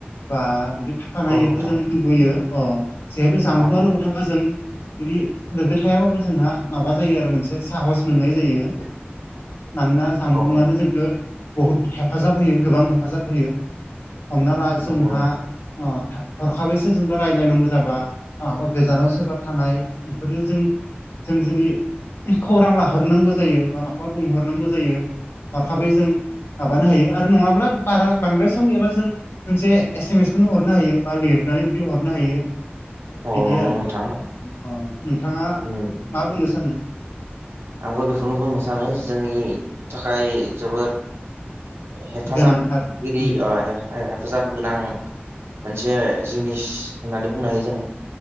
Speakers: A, on the left; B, on the right.
A: बा बिदि था फानायखो
B: औ नोंथां
A: जों लुबैयो। अ' जिहेथु जामबुआ
B: औ
A: लुगो थाबा जों बिदि लोगो थायाबाबो जोंहा माबा जायो आरो मोनसे साहस मोननाय जायो। मानोना जानबुङानो
B: औ
A: जोंखो बहुद हेफाजाब होयो गोबां हेफाजाब होयो। हमना ला जोंहा
B: नंगौ
A: अ' था हरखाबैसो जों दा रायलायनांगौ जाबा आबा गोजानाव सोरबा थानाय बेफोरजों जों जों जुदि खौरां लाहरनांगौ जायो बा माखौबा बुंहर नांगौ जायो। हरखाबै जों माबानो हायो। आरो नङाब्ला बारा बांद्राय सम गैयाबा जों मोनसे एसे मेसखौनो हरनो हायो बा लिरनानै बि दि हरनो हायो।
B: औ
A: बिदि
B: नंगौ
A: आरो
B: नोंथां
A: अ' नोंथाङा
B: उम
A: मा बुंनो सानो?
B: आंबो बेखौनो बुंनो सानो जोंनि थाखाय जोबोर हेफाजाबगिरि
A: गोनांथार उम
B: ओ हेफाजाब गोनां मोनसे जिनिस होननानै बुंनो हायो जों।